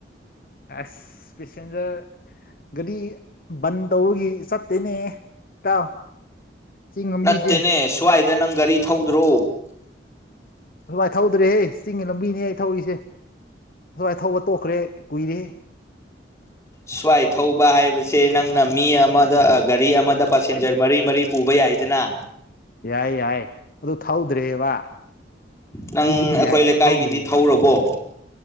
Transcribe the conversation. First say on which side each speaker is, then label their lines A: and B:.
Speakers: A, on the left; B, on the left.
A: ꯑꯁ ꯄꯁꯤꯦꯟꯖꯔ ꯒꯥꯗꯤ ꯕꯟ ꯇꯧꯕꯒꯤ ꯆꯠꯇꯦꯅꯦ ꯏꯇꯥꯎ ꯆꯤꯡ ꯂꯝꯕꯤꯁꯦ
B: ꯅꯠꯇꯦꯅꯦ ꯁ꯭ꯋꯥꯏꯗ ꯅꯪ ꯒꯥꯔꯤ ꯊꯧꯗ꯭ꯔꯣ
A: ꯑꯁꯨꯃꯥꯏꯅ ꯊꯧꯗ꯭ꯔꯦꯍꯦ ꯆꯤꯡꯒꯤ ꯂꯝꯕꯤꯅꯦ ꯑꯩ ꯊꯧꯔꯤꯁꯦ ꯑꯁꯨꯃꯥꯏ ꯊꯧꯕ ꯇꯣꯛꯈ꯭ꯔꯦ ꯀꯨꯏꯔꯦꯦ
B: ꯁ꯭ꯋꯥꯏ ꯊꯧꯕ ꯍꯥꯏꯕꯁꯦ ꯅꯪꯅ ꯃꯤ ꯑꯃꯗ ꯒꯥꯔꯤ ꯑꯃꯗ ꯄꯁꯦꯟꯖꯔ ꯃꯔꯤ ꯃꯔꯤ ꯎꯕ ꯌꯥꯏꯗꯅ
A: ꯌꯥꯏ ꯌꯥꯏ ꯑꯗꯨ ꯊꯧꯗ꯭ꯔꯦꯕ
B: ꯅꯪ
A: ꯄꯨꯕꯗꯤ
B: ꯑꯩꯈꯣꯏ
A: ꯌꯥꯏ ꯑꯩ
B: ꯂꯩꯀꯥꯏꯒꯤꯗꯤ
A: ꯊꯧꯗ꯭ꯔꯤꯑꯕ
B: ꯊꯧꯔꯕꯣ